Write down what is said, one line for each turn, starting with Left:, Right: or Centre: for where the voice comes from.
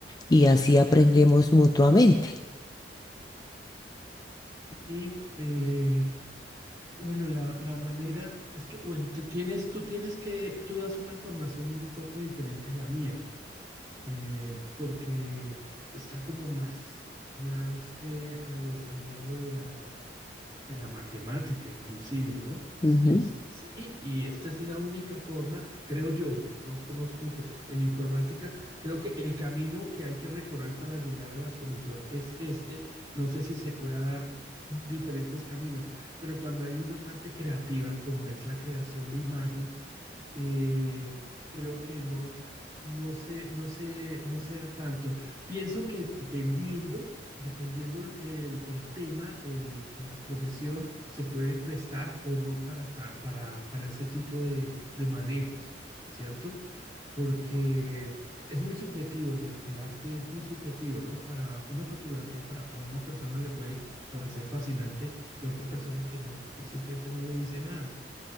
Left: y así aprendemos mutuamente.
Right: Y eh, bueno, la, la manera es que, bueno, te tienes, tú tienes que, tú das una formación un poco diferente a la mía, eh, porque está como más, más eh, a lo- al lado de la de la matemática inclusive, ¿no?
Left: Ujú.
Right: Es, es así y esta es la única forma, creo yo, no, no conozco mucho en informática, creo que el camino que hay que recorrer para llegar a la solución es este. No sé si se pueda dar diferentes caminos, pero cuando hay una parte creativa como es la creación de imagen, eh, creo que no, no se, no se, no se da tanto. Pienso que dependiendo, dependiendo el, el tema, el, el- la profesión, se puede prestar o no para, ta- para, para ese tipo de, de manejos, ¿cierto? Porque es muy subjetivo, en el, el arte es muy subjetivo, ¿no? Para una fotografía, para a una persona le puede parecer fascinante y a otra persona que no, que simplemente no le dice nada